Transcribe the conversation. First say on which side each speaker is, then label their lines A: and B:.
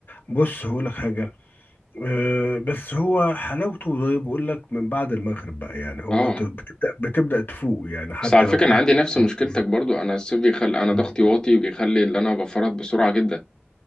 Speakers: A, on the left; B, on the left.
A: بص هقول لك حاجه آه، بس هو حلاوته زي بقول لك من بعد المغرب بقى يعني هو
B: اه
A: انت بتبدا بتبدا تفوق يعني حتى
B: بس على فكرة
A: لو كنت
B: أنا عندي نفس
A: <laughs>
B: مشكلتك برضو أنا الصيف بيخلي أنا
A: مم.
B: ضغطي واطي بيخلي اللي أنا بفرط بسرعة جدا